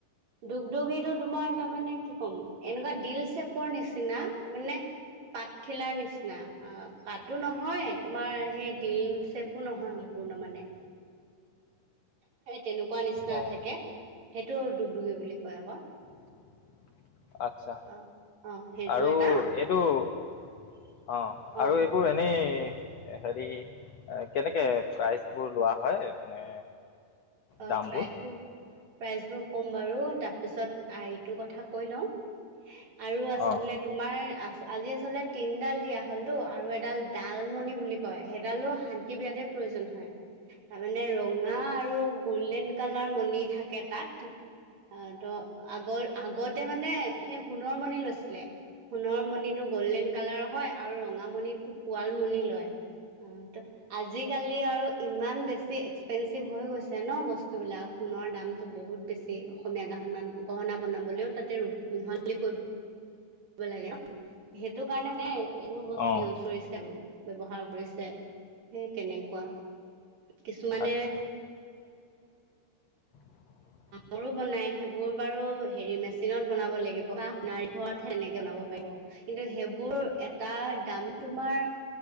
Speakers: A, on the right; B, on the left.
A: ডগডুগি তোমাৰ তাৰমানানে কি ক'ম এনেকুৱা দিল চেপৰ নিচিনা মানে। পাত খিলাৰ নিচিনা অ পাতো নহয় তোমাৰ সেই দিল চেপো নহয় সম্পূৰ্ণ। পূৰ্ণ মানে। তেনেকুৱা নিচিনা
B: অঁ
A: থাকে সেইটো দুগদুগি বুলি কয় আকৌ।
B: <inaudible> আচ্ছা
A: অঁ অঁ সেইটো
B: আৰু
A: এটা
B: এইটো। অ
A: অঁ
B: আৰু এইবোৰ এনেই হেৰি। কেনেকে প্ৰাইজ বোৰ লোৱা হয় মানে।
A: অ
B: দামবোৰ
A: প্ৰাইছো। প্ৰাইচবোৰ ক'ম বাৰু তাৰপিছত আইটো কথা কৈ লওঁ। আৰু আছিলে
B: অঁ
A: তোমাৰ আ। আজি আচলতে তিনডাল দিয়া হল টো আৰু এডাল ডালমণি বুলি কয় সেইডালো শান্তি বিয়াতে প্ৰয়ো জন হয় তাৰমানানে ৰঙা আৰু গল্ডেন কালাৰ মণি থাকে তাত। আহ ত আগৰ আগতে মানে সেই সোণৰ মণি লৈছিলে। সোণৰ মণিটো গল্ডেন কালাৰ হয় আৰু ৰঙামণিটো পোৱাল মণি লয়। অ ত আজিকালি আৰু ইমান বেছি এক্সপেঞ্চিভ হৈ গৈছে। চে ন বস্তুবিলাক সোণৰ দামটো বহুত বেছি অসমীয়া গহনাত গহনা বনাবলৈও তাতে ৰূপ। মিহলি কৈ। ব লাগে ন সেইটো কাৰণে মানে এইবোৰ বস্তু
B: অঁ
A: ইউছ কৰিছে আৰু। ব্যৱহাৰ কৰিছে সেই তেনেকুৱা কিছুমানে।
B: আচ্ছা <inaudible>
A: মোৰো বনাই সেইবোৰ বাৰু হেৰি মেচিনত বনাব লাগিব বা সোণাৰীঘৰতহে এনেকে বনাব পাৰিব। কিন্তু সেইবোৰ এটা দাম তোমাৰ